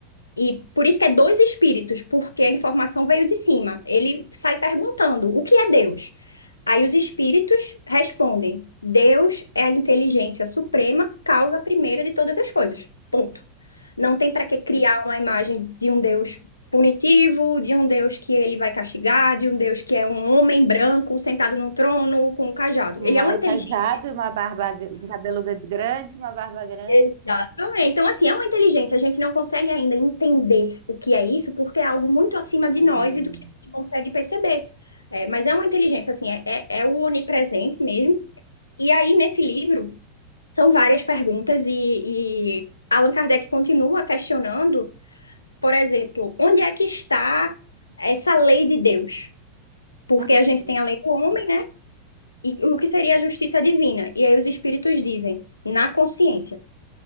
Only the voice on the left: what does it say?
e por isso que é dois espíritos, porque a informação veio de cima. Ele sai perguntando: o que é Deus? Aí os espíritos respondem: Deus é a inteligência suprema, causa primeira de todas as coisas. Ponto. Não tem para que criar uma imagem de um Deus punitivo, de um Deus que ele vai castigar, de um Deus que é um homem branco sentado num trono com um cajado.
Ele é uma inteligência
Exatamente. Então, assim, é uma inteligência. A gente não consegue ainda entender o que é isso, porque é algo muito acima de
nós e do que a gente consegue perceber. É, mas é uma inteligência, assim, é, é, é o onipresente mesmo. E aí, nesse livro, são várias perguntas e, e Allan Kardec continua questionando, por exemplo, onde é que está essa lei de Deus? Porque
a gente tem a lei do homem, né? E o que seria a justiça divina? E aí os espíritos dizem, na consciência.